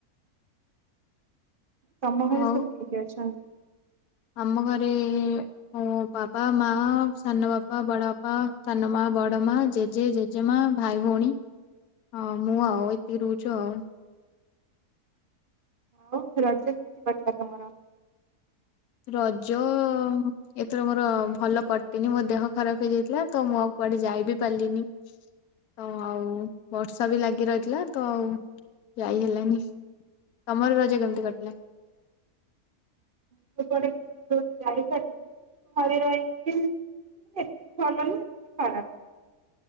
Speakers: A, on the right; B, on the left.
A: ତମ ଘରେ
B: ଆଉ
A: ସବୁ କିଏ କିଏ ଅଛନ୍ତି?
B: ଆମ ଘରେ ଏ-ଏ ମୋ ବାବା, ମା, ସାନ ବାପା, ବଡ଼ ବାପା, ସାନ ମା, ବଡ ମା, ଜେଜେ, ଜେ ଜମା ଭାଇ ଭଉଣୀ ହ ମୁଁ ଆଉ ଏତିକି ରହୁଛୁ ଆଉ।
A: ହଉ ରଜା କେମିତି କଟିଲା ତମର।
B: ରଜ। ଏଥର ମୋର ଭଲ କଟନି ମୋ ଦେହ ଖରାପ ହେଇଯାଇଥିଲା ତ ମୁଁ ଆଉ କୁଆଡେ ଯାଇ ବିି ପାରିଲିନି। ତ ଆଉ ବର୍ଷା ବି ଲାଗି ରହିଥିଲା ତ ଆଉ ଯାଇ ହେଲାନି। ତମର ରଜ କେମିତି କଟିଲା।
A: <unintelligible> ଖରାପ। ନୁହଁ